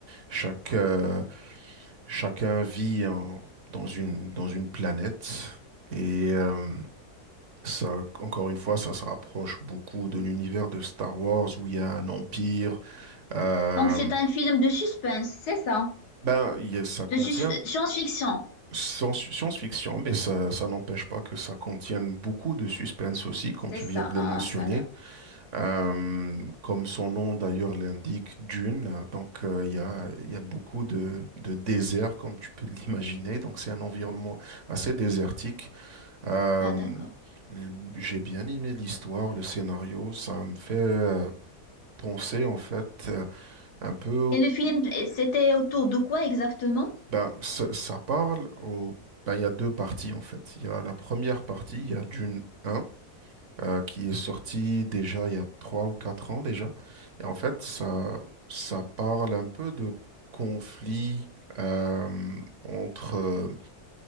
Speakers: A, on the right; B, on the left.
A: chaque euh, chacun vit en- dans une dans une planète et euh, ça, encore une fois, ça se rapproche beaucoup de l'univers de Star Wars où il y a un empire euh,
B: Donc, c'est un film de suspense, c'est ça?
A: ben, il y a- ça contient
B: De sus- science-fiction,
A: sans- science-fiction, mais ça, ça n'empêche pas que ça contienne beaucoup de suspense aussi, comme
B: c'est
A: tu
B: ça.
A: viens de le
B: Ah,
A: mentionner.
B: ça a l'air.
A: Euh, comme son nom d'ailleurs l'indique, Dune. Donc, euh, il y a, il y a beaucoup de, de désert, comme tu peux <laughs> l'imaginer. Donc, c'est un environnement assez désertique. Euh,
B: Ah, d'accord.
A: l- j'ai bien aimé l'histoire, le scénario. Ça me fait euh, penser, en fait, euh, un peu
B: Et le film, c'était autour de quoi exactement?
A: Ben, ça, ça parle au... ben, il y a deux parties en fait. Il y a la première partie, il y a Dune un euh, qui est sortie déjà il y a trois ou quatre ans déjà. Et en fait, ça, ça parle un peu de conflits euh, entre euh,